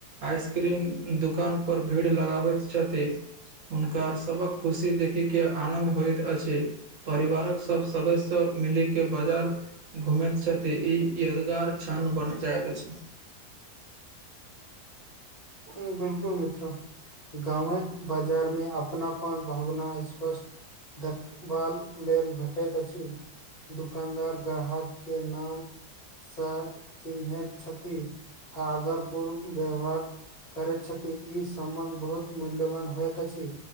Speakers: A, on the right (about 55°); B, on the left (about 75°).
A: आइसक्रीम दुकान पर भीड़ लगाबैत छथि हुनका सबक खुशी देखी के आनंद होइत अछि परिवारक सभ सदस्य मिली के बाजार घुमैत छैथ तऽ ई यादगार क्षण बनि जायत अछि
B: हू बिलकुल मित्रा गाँवक बाजार मे अपनापन भावना स्पष्ट देखबाल लेल भेटैत अछि दुकानदार ग्राहक के नाम सब चिन्हैत छथि आदर पूर्व व्यवहार करैत छथि ई सम्बन्ध बहुत मूल्यवान होइत अछि